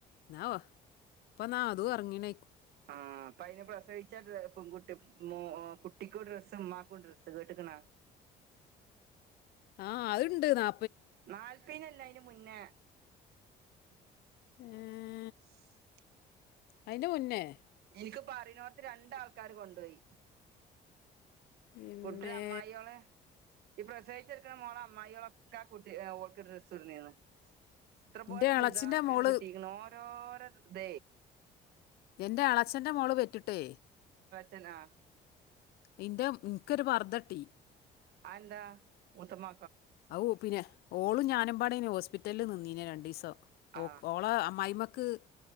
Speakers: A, on the left; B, on the right.
A: എന്നാവോ ഇപ്പൊ നാ അതും ഇറങ്ങീണ.
B: ആ അപ്പ അയ്ന് പ്രസവിച്ചാല് പെൺകുട്ടി. മ കുട്ടിക്കും ഡ്രസ് ഉമ്മാക്കും ഡ്രസ്സ് കേട്ട്ക്ക്ണോ?
A: ആ അത്ണ്ട് നാ
B: നാൽയ്പ്പന്നല്ല അയ്ന് മുന്നേ.
A: ഉം
B: <inaudible>
A: അയ്ന്റെ മുന്നേ
B: എനിക്കിപ്പ പറന്നോടത്തെ രണ്ട് ആൾക്കാര് കൊണ്ടുപോയി.
A: ഇമ്മേ
B: കൂട്ടരെ അമ്മായിയൊള ഈ പ്രസവിച്ചു കെടക്ണ മോളെ അമ്മായിയോളെക്കെ ഓൾക്ക്ഡ്രസ്സ്‌ കോടന്നിനു. ഇത്ര പോലും
A: എൻ്റെ
B: ചുരിദാറൊക്കെയാണ്
A: ഇളച്ചിൻ്റെ മോള്
B: കിട്ടിയിരിക്കണ ഓരോരൊത.
A: എന്റെ എളച്ചന്റെ മോള് പെറ്റിട്ടേ.
B: തന്നെ ആ
A: ഇന്റെ ഏക്കൊരു പർദ്ദ കിട്ടി.
B: ആന്താ മൂത്തമ്മ
A: ഔ പിന്നെ ഓളും ഞാനുമ്പാടെ ആയിന്ന ഹോസ്പിറ്റലിൽ നിന്നീനെ രണ്ടു ദിവസം. ഓ
B: ആ
A: ഓളെ അമ്മായിമ്മക്ക്